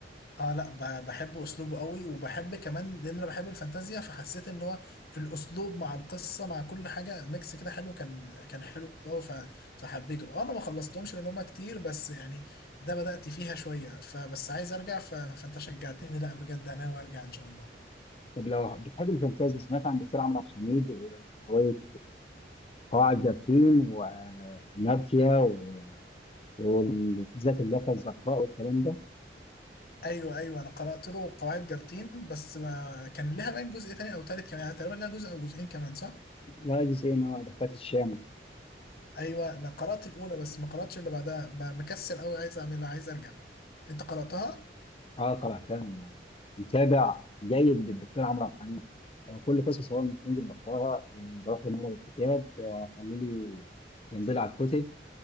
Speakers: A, on the left; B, on the left.
A: اه لا ب- بحب اسلوبه قوي وبحب كمان لان انا بحب الفانتازيا فحسيت ان هو الاسلوب مع القصه مع كل حاجه ميكس كده حلو كان كان حلو قوي ف- فحبيته آه، انا ما خلصتهمش لان هما كتير بس يعني ده بدأت فيها شويه فبس عايز ارجع ف... فانت شجعتني لا بجد انا وارجع ان شاء الله
B: طب لو بتحب الفانتازيا سمعت عن دكتور عمرو عبد الحميد وروايه قواعد جارحين واناركيا و- والذات اللياقه الزرقاء والكلام ده
A: ايوه ايوه انا قرات له قواعد جارتين بس ما كان لها باين جزء تاني او تالت كمان يعني تقريبا لها جزء او جزئين كمان صح
B: وجزء ما دقات الشام
A: ايوه ما قرات الاولى بس ما قراتش اللي بعدها ما مكسل قوي عايز اعملها عايز ارجع انت قراتها
B: اه قراتها متابع جيد للدكتور عمرو عبد الحميد آه، كل قصص هو بتنزل بقراها آه، بروح لمعرض الكتاب آه، خلي لي ينزل على الكتب